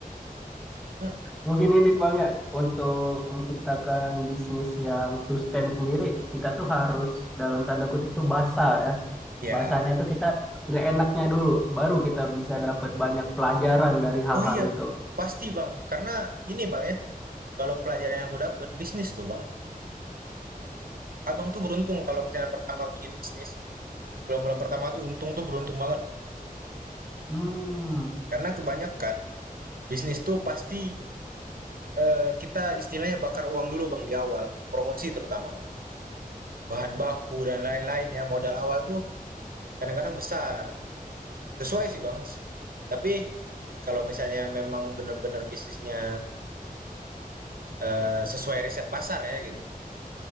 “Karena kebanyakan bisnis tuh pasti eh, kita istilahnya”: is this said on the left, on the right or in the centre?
Right